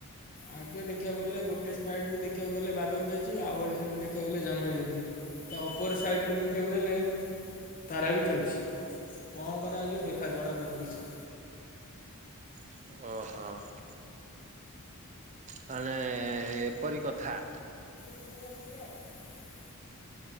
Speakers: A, on the left; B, on the right.
A: ଆଗେ ଦେଖିବାକୁ ଗଲେ ଗୋଟେ ସାଇଡରୁ ଦେଖିବାକୁ ଗଲେ ବାଦଲ ଚାଲୁଛି, ଆଉ ଗୋଟେ ସାଇଡୁ ଦେଖିବାକୁ ଗଲେ ଜହ୍ନ ଚାଲୁଛି। ତା ଉପର ସାଇଡ ରୁ ଦେଖିବାକୁ ଗଲେ? ତାରା ବି ଚାଲିଛି କଣ କରାଯିବ ଦେଖା ଜଣାପଡ଼ୁନି କିଛି।
B: ଅହଁ। ମାନେ ଏପରି କଥା।
A: <inaudible>